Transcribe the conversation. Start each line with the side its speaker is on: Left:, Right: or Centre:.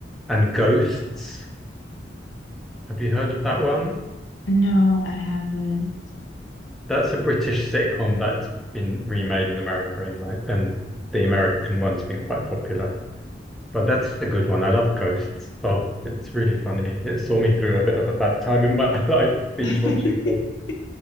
Centre: And Ghosts, have you heard of that one?
Left: No, I haven't.
Centre: That's a British sitcom that's been remade in America and like and the American one's been quite popular. But that's a good one. I love Ghosts. Oh, it's really funny. It saw me through a bit of a bad time in my <laughs> life, binge
Left: <laughs>
Centre: watching.